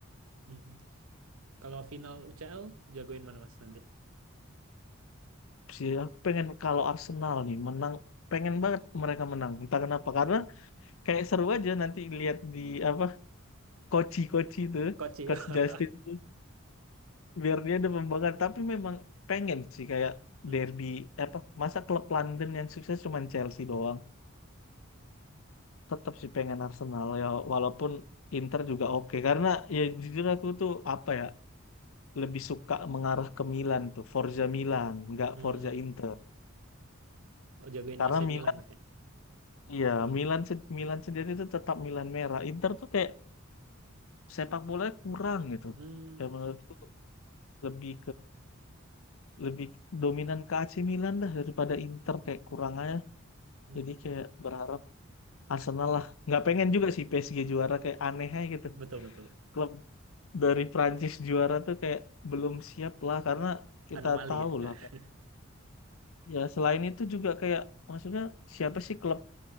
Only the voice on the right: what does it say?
Hmm. Kalau final UCL jagoin mana Mas nanti?
Koci.
<laughs>
Hmm.
Hmm.
Oh, jagoin
AC
Milan berarti. ya?
Hmm.
Hmm.
Betul betul.
Anomali
ya. <laughs>